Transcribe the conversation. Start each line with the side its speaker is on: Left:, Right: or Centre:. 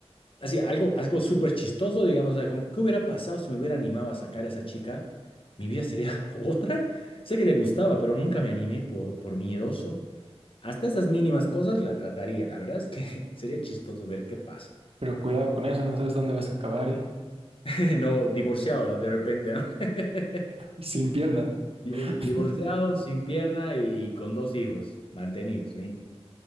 Left: así, algo, algo súper chistoso, digamos, o sea, como, ¿qué hubiera pasado si me hubiera animado a sacar a esa chica? ¿Mi vida sería <laughs> otra? Sé que le gustaba, pero nunca me animé por, por miedoso. Hasta esas mínimas cosas la trataría. La verdad es que <laughs> sería chistoso ver qué pasa.
Right: Pero cuidado con eso, no sabes dónde vas a acabar, ¿eh?
Left: <laughs> No, divorciado de repente, ¿no? <laughs>
Right: Sin piernas.
Left: Divor-
Right: <laughs>
Left: Divorciado, sin pierna y, y con dos hijos mantenidos. ni-